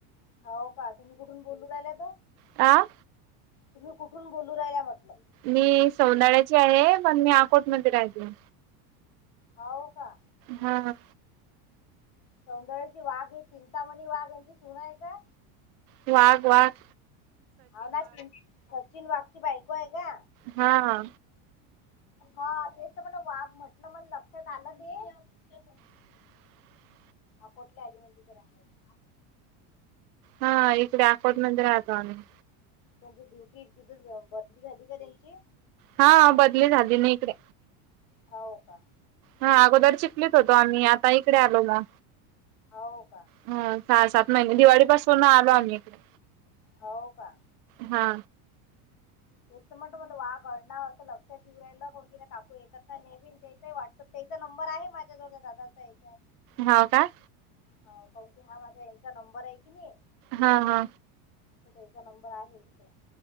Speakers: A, on the left (about 70°); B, on the right (about 85°).
A: होव का तुम्ही कुठून बोलू राहिल्यात
B: आ
A: तुम्ही कुठून बोलू रायल्या म्हटलं
B: मी सोदाळ्याची आहे पण मी अकोटमध्ये रायते.
A: हाव का
B: हां
A: सौंदळ्याची वाघ ही चिंतामणी वाघ यांची सून आहे का?
B: वाग वाग
A: हो ना सचिन वाघची बायको आहे का?
B: हां हां
A: हा तेच त म्हणलं वाघ म्हटलं मण लक्षात आलं ते
B: <inaudible>
A: अकोटले आली म्हणते तर राहिला
B: हा इकडे अकोटमध्ये राहतो आम्ही
A: त्यांची ड्युटी तिथच बदली झाली का त्यांची
B: हा बदली झाली नी इकडे
A: हो का
B: हा अगोदर चिखलीत होतो आम्ही आता इकडे आलो म
A: हो का
B: हं सहा सात महिने दिवाळीपासून आलो आम्ही इकडे
A: हो का
B: हा
A: तेच त म्हटलं म्हणलं वाघ हाय ना त लक्षात येऊ रायलं कोणं तरी काकू येतात ना नेहमी आमच्या इथं व्हाट्सअप तेजा नंबर आहे माझ्याजवळ त्या दादाच्या हेच्यात
B: हा का
A: हो कारण की हा माझ्या यांचा नंबर हाय की नय
B: हा हा
A: त त्यांचा नंबर आहे इथे